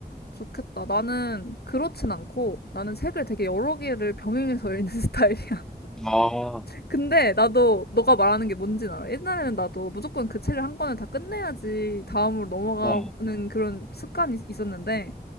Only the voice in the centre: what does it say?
아, 어,
어,